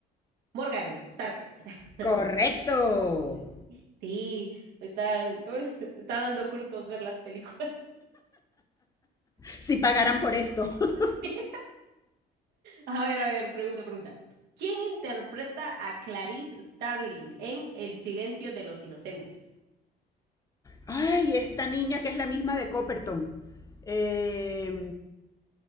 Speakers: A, on the right; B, on the left.
A: Morgan Stark. <laughs>
B: Correcto.
A: Ujú. Sí, están, ¿cómo es? <laughs> Está dando frutos ver las películas.
B: Si pagaran por esto. <laughs>
A: <laughs> Sí. A ver, a ver, pregunta, pregunta. ¿Quién interpreta a Clarice Starling en El silencio de los inocentes?
B: Ay, esta niña que es la misma de Copperton. Eh,